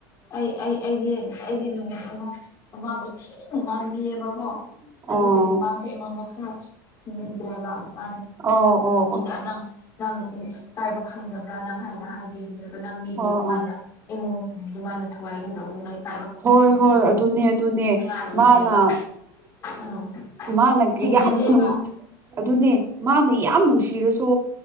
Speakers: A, on the left; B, on the right.
A: ꯑꯩ ꯑꯩ ꯑꯩꯒꯤ ꯑꯩꯒꯤ ꯅꯨꯃꯤꯠ ꯑꯃ ꯑꯃꯕꯨ ꯒꯤꯌꯦꯕꯥ ꯑꯣ
B: ꯑꯣ
A: ꯑꯗꯨꯗꯒꯤ ꯃꯥꯁꯦ ꯑꯩꯉꯣꯟꯗ ꯈꯔ ꯗ꯭ꯔ ꯋꯥ
B: ꯑꯣ ꯑꯣ ꯑꯣ
A: ꯏ ꯅꯪ ꯀꯥꯏꯕ ꯈꯪꯗꯕ꯭ꯔꯥ ꯅꯪ ꯍꯥꯏꯅ ꯍꯥꯏꯕꯤꯕꯥ ꯕ ꯅꯪ ꯃꯤꯒꯤ
B: ꯑꯣ
A: ꯑꯗꯨꯃꯥꯏꯅ
B: ꯑꯣ
A: ꯏꯃꯨꯡ ꯑꯗꯨꯃꯥꯏꯅ ꯊꯨꯒꯥꯏꯒꯗꯧꯕ ꯑꯗꯨꯅ
B: ꯍꯣꯏ ꯍꯣꯏ ꯑꯗꯨꯅꯦ ꯑꯗꯨꯅꯦ
A: ꯉꯥꯡꯕꯤꯕꯅꯦꯕ
B: ꯃꯥꯅ
A: ꯎꯝ
B: ꯃꯥꯅ
A: ꯍꯦꯟꯖꯤꯜꯂꯦꯕ
B: ꯌꯥꯝ ꯑꯗꯨꯅꯦ ꯃꯥꯅ ꯌꯥꯝ ꯅꯨꯡꯁꯤ ꯁꯤꯤꯔꯁꯨ